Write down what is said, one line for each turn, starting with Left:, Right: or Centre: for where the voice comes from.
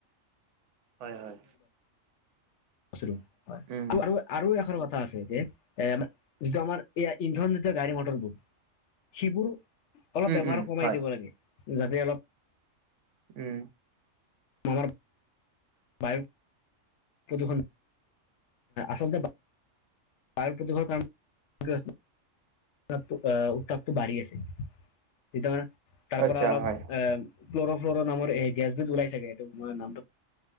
Right: হয় হয়
Left: বস্তুটো হয়
Right: উম
Left: আৰু আৰু এখন কথা আছে যে এ যিটো আমাৰ এইয়া ইন্ধন জাতীয় গাড়ী মটৰবোৰ সেইবোৰ অলপ
Right: উম
Left: ব্যৱহাৰ
Right: উম
Left: কমাই
Right: হয়
Left: দিব লাগে যাতে অলপ
Right: উম
Left: মাৰাৰ <unintelligible> বায়ু প্ৰদুষন আচলতে বায়ুৰ প্ৰদূষৰ কাৰণে উত্তাপ আহ উত্তাপটো বাঢ়ি আছে তেতিয়া তাৰ
Right: আচ্ছা
Left: পৰা অলপ
Right: হয়
Left: আহ, ক্লৰ' ফ্লৰ নামৰ এ গেছবিত ওলাই চাগে সেটো মই নামটো